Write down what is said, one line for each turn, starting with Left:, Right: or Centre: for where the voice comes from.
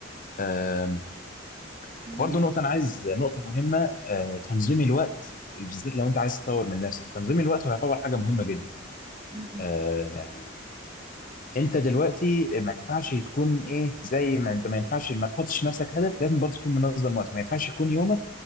Left: أم، وبرضه
Right: ماشي
Left: نقطة انا عايز نقطة مهمة أه، تنظيم
Right: م-
Left: الوقت بالذات لو انت عايز تطور من نفسك تنظيم الوقت هيعتبر حاجة مهمة جدا
Right: م.
Left: أه، يعني انت دلوقتي ما ينفعش تكون ايه زي ما انت ما ينفعش ما تحطش لنفسك هدف لازم برضه تكون منظم وقتك ما ينفعش يكون يومك